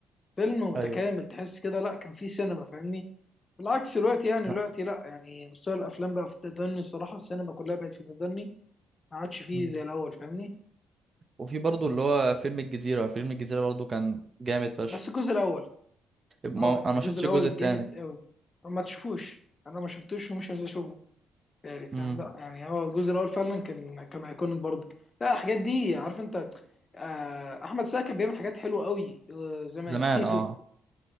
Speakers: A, on the left; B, on the right.
A: فيلم متكامل
B: ايوه
A: تحس كده لا كان فيه سينما فاهمني بالعكس دلوقتي يعني
B: لا.
A: دلوقتي لا يعني مستوى الافلام بقى في التدني الصراحه السينما كلها بقت في التدني ما عادش فيه
B: مم.
A: زي الاول فاهمني
B: وفي برضه اللي هو فيلم الجزيرة فيلم الجزيرة برضه كان جامد فشخ
A: بس الجزء الاول
B: ما
A: اه
B: هو-
A: يعني
B: أنا ما
A: الجزء
B: شفتش
A: الاول
B: الجزء التاني
A: جامد قوي ما تشوفوش انا ما شفتوش ومش عايز اشوفه يعني فاهم
B: مم.
A: لا يعني هو الجزء الاول فعلا كان كان ايكونيك برضه لا الحاجات دي عارف انت آه، احمد سعد كان بيعمل حاجات حلوه قوي آه، زمان
B: زمان
A: تيتو
B: اه